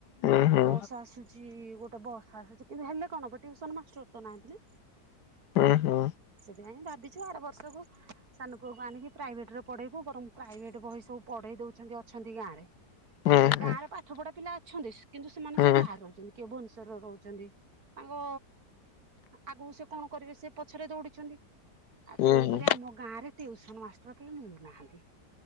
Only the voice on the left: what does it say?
ହୁଁ ହୁଁ
ଉଁ ହୁଁ।
ହୁଁ
ହୁଁ।
ହୁଁ
ହୁଁ
ହୁଁ